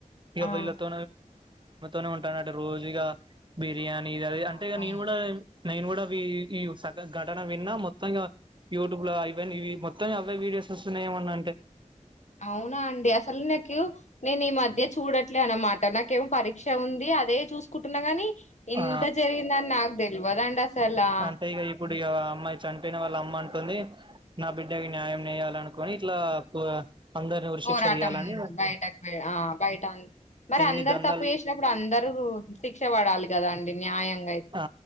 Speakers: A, on the right; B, on the left.
A: ఇవైలతో
B: ఆ
A: నే ఉంటానడు రోజిగా బిర్యానీ ఇది అ
B: పాపం
A: అంటే ఇ నేను కూడా నేను కూడా వీ ఈ సగ ఘటన విన్నా మొత్తంగా యూట్యూబ్ లో ఐవన్ ఇవి మొత్తం అవే వీడియోస్ వస్తున్నాయ ఏమన్నా అంటే.
B: అవునా అండి అసలు నాకు నేను ఈ మధ్య చూడట్లే అనమాట నాకేమొ పరీక్ష ఉంది అదే చూసుకుంటున్నా గాని, ఇంత
A: ఆ
B: జరిగిందని నాకు తెల్వదండి అసలా
A: అంటే ఇగ ఇప్పుడు ఇగ అమ్మాయి చనిపోయిన వాళ్ళ అమ్మ అం తుది నా బిడ్డకి న్యాయం నేయాల అనుకుని ఇట్లా అందరిని ఉరిశిక్ష
B: పోరాటం
A: తీయాలని
B: బయటకు ఆ బయట మరి
A: ఎన్ని
B: అందరు
A: దందాలు
B: తప్పు చేసినప్పుడు అందరూ శిక్ష పడాలి. కదండి న్యాయం
A: ఆ